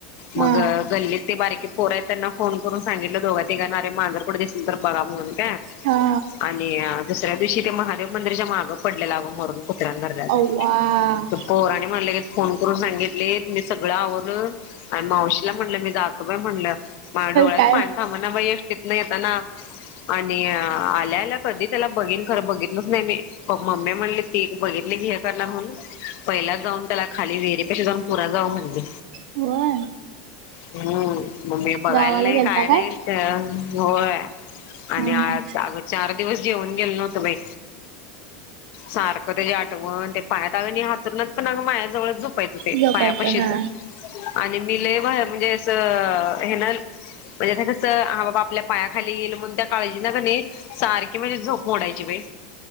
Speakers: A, on the left (about 50°); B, on the right (about 70°).
A: मग
B: हा
A: गल्लीत ते बारीक की पोर आहेत त्यांना फोन करून सांगितलं दोघा तिघा ना अरे मांजर कुठ दिसल तर बघा म्हणून काय
B: हा
A: आणि दुसऱ्या दिवशी ते महादेव मंदिरच्या माग पडलेला गं मरून <unintelligible> <unintelligible>
B: अव्वा
A: ते पोरांनी म लगेच फोन करून सांगितलीत मी सगळं आवरुन आणि मावशीला म्हणलं मी जातो बाई म्हणलं माया डोळ्यात
B: काय
A: पाणी थांबना बई एस्टीतन येताना आणि आल्या आल्या कधी तेला बघीन खरं बघितलंच नाही मी प मम्मी म्हणली ती ती बघितली हे करणार म्हणून पहिला जाऊन त्याला खाली विहिरीपाशी जाऊन पुरा जावा म्हणली
B: होय
A: हम्म म मी बघायला
B: गावाला
A: नाही
B: गेलता
A: काय नाही त्य होय. आणि
B: हा
A: आ आग चार दिवस जेवन गेल नव्हत बई सार क तेजी आठवण, ते पायात अग आणि हातूरणात पण आग मायाजवळच झोपायचं ते
B: झोपायचं
A: पायापशीच
B: हा
A: आणि मी लय <unintelligible> म्हणजे अस हेन म्हणजे आता कसं हा बाबा आपल्या पायाखाली येईल म्हणून त्या काळजीन कनी सारखी माझी झोप मोडायची बई